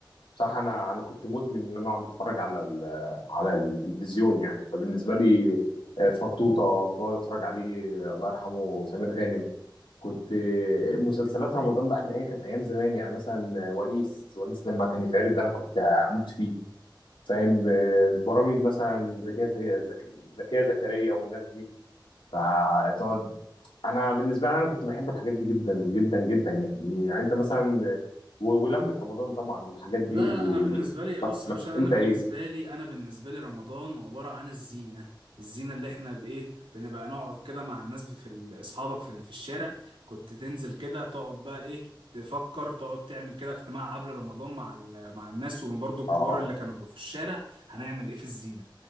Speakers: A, on the left; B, on the right.
A: بصراحه انا انا كنت مدمن ان انا اقعد اتفرج على ال- على التلفزيون يعني فبالنسبه لي آه، فطوطه كنت بقعد اتفرج عليه آه، الله يرحمه سمير غانم كنت آه، مسلسلات رمضان بقى اللي هي كانت ايام زمان يعني مثلا آه، ونيس ونيس لما كان يتعرض ده انا كنت اموت فيه فاهم آه، برامج مثلا زكيه زكيه زكيه زكريا والناس دي فتقعد انا بالنسبه لي انا كنت بحب الحاجات دي جدا جدا جدا يعني يعني انت مثلا و- ولمة رمضان طبعا والحاجات دي
B: لا
A: و...
B: لا انا بالنسبه لي بص
A: ما-
B: يا باشا
A: انت
B: انا بالنسبه
A: ايه
B: لي انا بالنسبه لي رمضان عباره عن الزينه الزينه اللي احنا بايه بنبقى نقعد كده مع الناس في ال- اصحابك في ال- في الشارع كنت تنزل كده تقعد بقى ايه تفكر تقعد تعمل كده اجتماع قبل رمضان مع ال- مع الناس وبرضه الكبار
A: اه
B: اللي كانوا بيبقوا في الشارع هنعمل ايه في الزينه